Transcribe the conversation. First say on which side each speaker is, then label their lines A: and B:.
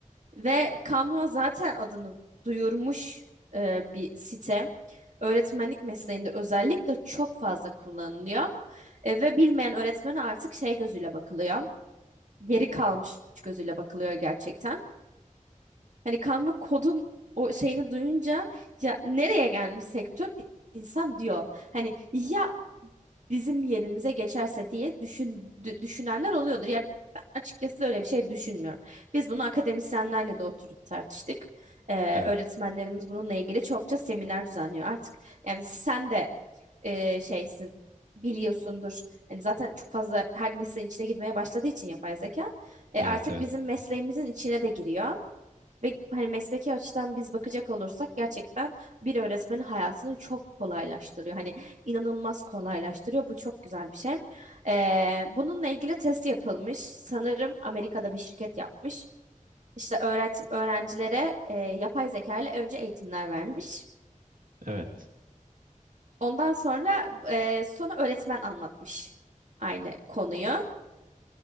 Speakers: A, on the right; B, on the right.
A: ve Canva zaten adını duyurmuş e, bir site. Öğretmenlik mesleğinde özellikle çok fazla kullanılıyor E, ve bilmeyen öğretmene artık şey gözüyle bakılıyor. Geri kalmış gözüyle bakılıyor gerçekten. Hani Canva kodun o şeyini duyunca ya nereye gelmiş sektör insan diyor. Hani ya bizim yerimize geçerse diye düşün, dü- düşünenler oluyordur. Ya ben açıkçası öyle bir şey düşünmüyorum. Biz bunu akademisyenlerle de oturup tartıştık. Ee,
B: Evet.
A: öğretmenlerimiz bununla ilgili çokça seminer düzenliyor artık. Yani sen de e, şeysin biliyorsundur. Hani zaten çok fazla her mesleğin içine girmeye başladığı için yapay zeka. E,
B: Evet.
A: artık
B: Evet.
A: bizim mesleğimizin içine de giriyor. Ve hani mesleki açıdan biz bakacak olursak gerçekten bir öğretmenin hayatını çok kolaylaştırıyor. Hani inanılmaz kolaylaştırıyor. Bu çok güzel bir şey. Ee, bununla ilgili test yapılmış. Sanırım Amerika'da bir şirket yapmış. İşte öğret öğrencilere e, yapay zeka ile önce eğitimler vermiş.
B: Evet.
A: Ondan sonra e, sonra öğretmen anlatmış aynı konuyu.